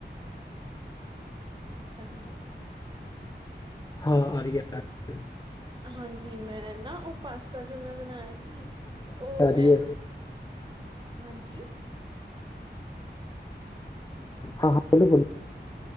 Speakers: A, on the right; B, on the left.
A: <unintelligible>
B: ਹਾਂ ਆ ਰੀ ਐ <inaudible>
A: ਹਾਂਜੀ ਮੈਂ ਨਾਂ ਉਹ ਪਾਸਤਾ ਜੋ ਮੈਂ ਬਣਾਇਆ ਸੀ ਉਹ
B: ਆ
A: ਮੈਂ
B: ਰਹੀ ਹੈ
A: ਹਾਂਜੀ
B: ਹਾਂ-ਹਾਂ ਬੋਲੋ-ਬੋਲੋ।